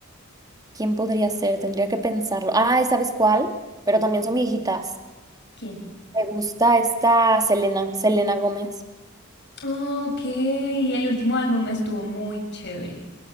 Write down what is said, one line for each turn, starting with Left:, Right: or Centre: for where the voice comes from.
Right: ¿quién podría ser? Tendría que pensarlo. Ay, ¿sabes cuál? Pero también son viejitas.
Left: ¿Quién?
Right: Me gusta esta Selena, Selena Gómez.
Left: Ok, el último álbum estuvo muy chévere.